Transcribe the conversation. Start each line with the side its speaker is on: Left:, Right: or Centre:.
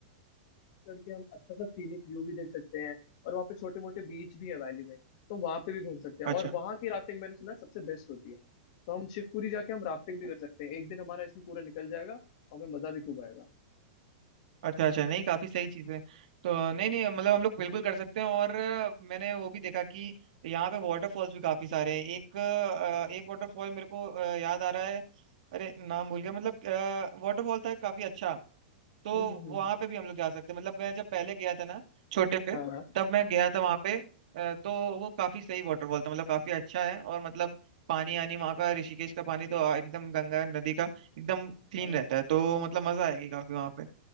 Left: चढ़ के हम अच्छा सा सीनिक व्यू भी देख सकते हैं और वहां पे छोटे मोटे बीच भी है वैली में तो वहां पे भी घूम सकते हैं
Right: अच्छा
Left: और वहां की राफ्टिंग मैंने सुना है सबसे बेस्ट होती है तो हम शिवपुरी जाके हम राफ्टिंग भी कर सकते हैं एक दिन हमारा इसमें पूरा निकल जाएगा और हमें मजा भी खूब आएगा
Right: अच्छा अच्छा नहीं काफी सही चीज है तो नहीं नहीं मतलब हम लोग बिल्कुल कर सकते हैं और अ, मैंने वो भी देखा कि यहाँ पे वाटरफॉल्स भी काफी सारे हैं एक अ, एक वाटरफॉल मेरे को अ, याद आ रहा है अरे नाम भूल गया मतलब वाटरफॉल था काफी अच्छा तो
Left: हम्म हम्म हम्म,
Right: वहां
Left: हम्म।
Right: पे भी हम लोग जा सकते हैं मतलब मैं जब पहले गया था ना छोटे पे
Left: हाँ हाँ
Right: तब मैं गया था वहां पे अ, तो वो काफी सही वाटरफॉल था मतलब काफी अच्छा है और मतलब पानी आनी वहाँ का ऋषिकेश का पानी तो आ, एकदम गंगा नदी का एकदम क्लीन
Left: हाँ
Right: रहता है तो मतलब मजा आएगी काफी वहां पे